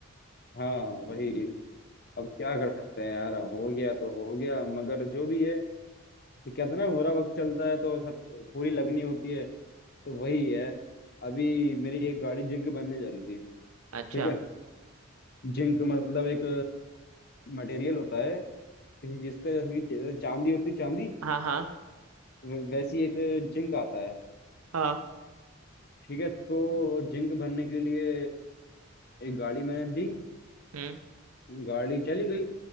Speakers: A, on the left; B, on the right.
A: हाँ वही अब क्या कर सकते हैं यार हो गया तो हो गया मगर जो भी है जो कहते हैं ना बुरा वक्त चलता है तो सब पूरी लगनी होती है तो वही है अभी मेरी एक गाड़ी जिंक बनने जा रही थी
B: अच्छा
A: ठीक है जिंक मतलब एक मटेरियल होता है किसी चीज का जैसे कि चे- चांदी होती है चांदी
B: हाँ हाँ
A: वै- वैसी एक जिंक आता है
B: हाँ
A: ठीक है तो जिंक भरने के लिए एक गाड़ी मैंने दी
B: हम्म
A: गाड़ी चली गई